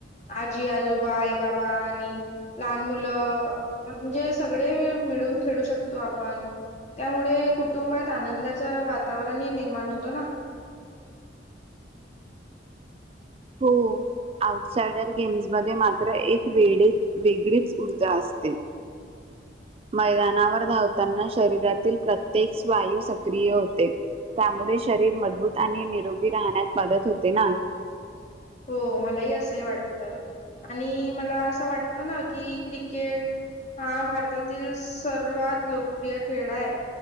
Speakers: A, on the left; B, on the right.
A: आजी आजोबा आई बाबा आणि लहान मुलं अ म्हणजे सगळे मिळून खेळू शकतो आपण. त्यामुळे कुटुंबात आनंदाच वातावरणही निर्माण होतो ना.
B: हो आउटसायडर गेम्स मध्ये मात्र एक वेडेच वेगळीच ऊर्जा असते. मैदानावर धावताना शरीरातील प्रत्येक स् वायू सक्रिय होते. त्यामुळे शरीर मजबूत आणि निरोगी राहण्यात मदत होते ना.
A: हो मलाही असंही वाटत आणि मला असं वाटतं ना की क्रिकेट हा भारतातील सर्वात लोकप्रिय खेळा आहे.